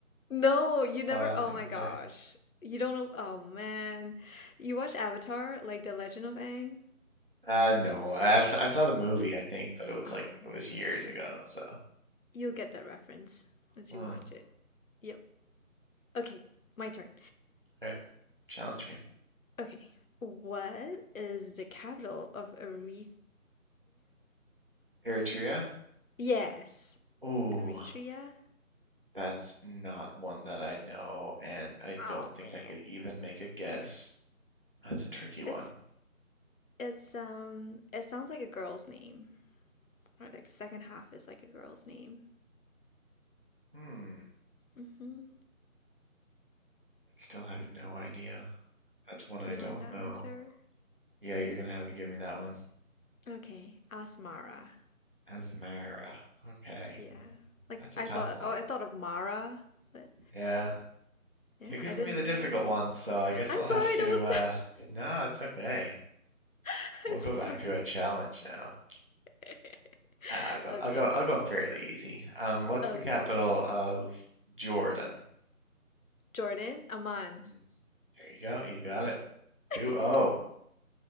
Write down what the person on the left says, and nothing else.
No, you never.
Oh
my
gosh. You don't know. Oh man. You watch Avatar, like The Legend of Aang?
Oh
man.
You'll get that reference once
you watch it. Yep. Okay, my turn.
Okay. What is the capital of Eritrea?
Yes,
Eritrea.
Oh
man.
It's it's um it sounds like a girl's name. Or like second half is like a girl's name.
hmm
Do
you
want to answer?
Okay, ask Mara.
Yeah. Like
I
thought
oh I thought of Mara, but
yeah,
I didn't
know
that either.
I'm
sorry,
that was
<laughs>
I'm sorry.
<laughs>
Okay.
Oh,
oh.
Jordan, Aman.
<laughs>